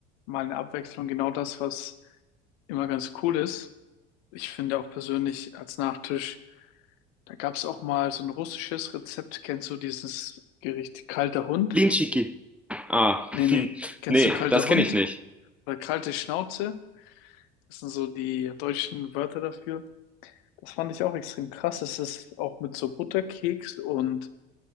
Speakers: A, on the left; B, in the centre.
A: mal eine Abwechslung genau das, was immer ganz cool ist. Ich finde auch persönlich als Nachtisch, da gab es auch mal so ein russisches Rezept. Kennst du dieses Gericht kalter Hund?
B: Blinchiki. Ah,
A: Nee, nee.
B: hm.
A: Kennst
B: nee,
A: du kalter
B: das
A: Hund
B: kenne ich nicht.
A: oder kalte Schnauze? Das sind so die deutschen Wörter dafür. Das fand ich auch extrem krass. Es ist auch mit so Butterkeks und